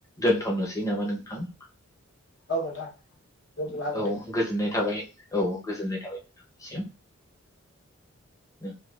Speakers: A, on the left; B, on the left.
A: दोनथनोसै नामा नोंथां?
B: औ नोंथां दोनथ'नो हागोन
A: औ
B: दे
A: गोजोननाय थाबाय। औ गोजोननाय थाबाय नोंथांनिसिम उम।